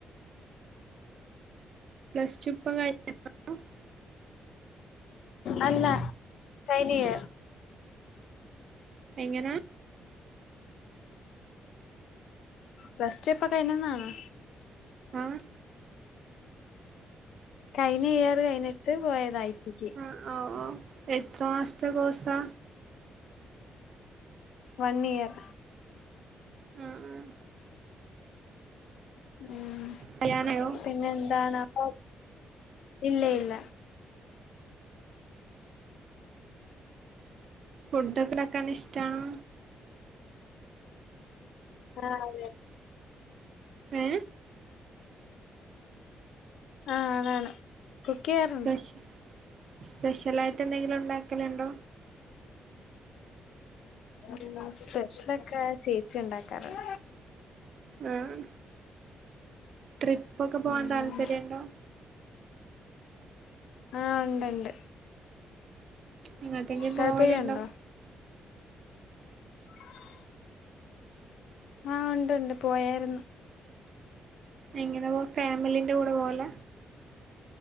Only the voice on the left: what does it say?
അല്ല കൈഞ്ഞ യിർ.
പ്ലസ്ടു ഇപ്പൊ കയ്നന്നാണോ?
കഴഞ്ഞ യ്യറ് കൈഞ്ഞെട്ട് പോയതാ ഐ ടിക്ക്.
One year.
ഉം
പിന്നെ എന്താണ് <inaudible> ഇല്ല ഇല്ല.
ആഹ് അതെ-അതെ.
ആണാണ് കുക്ക് ചെയ്യാറുണ്ട്.
മ്മ് സ്പെഷ്യലൊക്കെ ചേച്ചി ഇണ്ടാക്കാറിണ്ട്.
ഉം
ആഹ ഉണ്ട്ണ്ട്.
താല്പര്യുണ്ടോ?
<inaudible> ആഹ് ഉണ്ട്ണ്ട് പോയാരുന്നു.